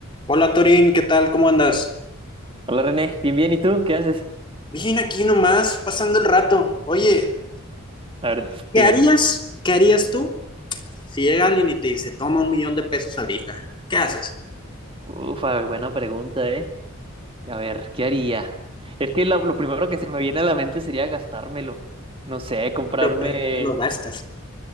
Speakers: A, on the left; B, on the right.
A: Hola Torín, ¿qué tal? ¿Cómo andas?
B: Hola René, bien, bien, ¿y tú? ¿Qué haces?
A: Bien, aquí nomás, pasando el rato. Oye,
B: A ver,
A: ¿qué
B: dime.
A: harías? ¿Qué harías tú si llega alguien y te dice, toma un millón de pesos ahorita? ¿Qué haces?
B: Ufa, buena pregunta, ¿eh? A ver, ¿qué haría? Es que lo, lo primero que se me viene a la mente sería gastármelo. No sé, comprarme,
A: Lo, lo gastas.